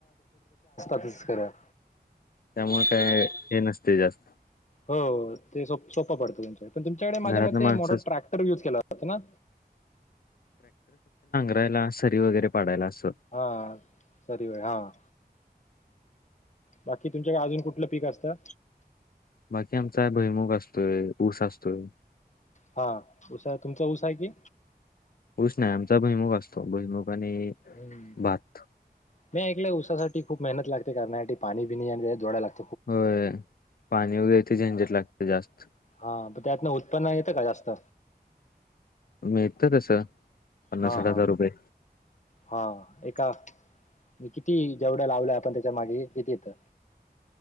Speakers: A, on the left; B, on the left.
A: मच <unintelligible> करा
B: त्यामुळे काय हे नसते जास्त.
A: हो ते सो सोपं पडतं तुमचं. पण तुमच्याकडे माझ्या
B: घरातन
A: मते
B: माणसंच
A: मोठा ट्रॅक्टर युज केला जातो ना?
B: पैला सरी वगैरे पाडायला आस
A: हा सरी वगे हा. बाकी तुमच्याकडे अजून कुठलं पीक आसतं?
B: बाकी आमचा भैमुख असतोय ऊस असतोय.
A: हा उऊसाा तुमचा ऊसा आहे की.
B: हुश नाही आमचा भैमुख असतो भैमुख आणि
A: हम्म
B: भात
A: मी ऐकय उसासाठी खूप मेहनत लागते करण्यासाठी पाणी पि नाही आणि त्या ड्या लागते.
B: होय पाणी वगैरे ते झंजत लागत जास्त.
A: हा त्यातन उत्पन्न येतं का जास्त
B: मीत तसं पन्नासाठ
A: हा हा
B: हजार रुपये
A: हा एका मी किती जेवढं लावलं आपण त्याच्या मागे किती येतं.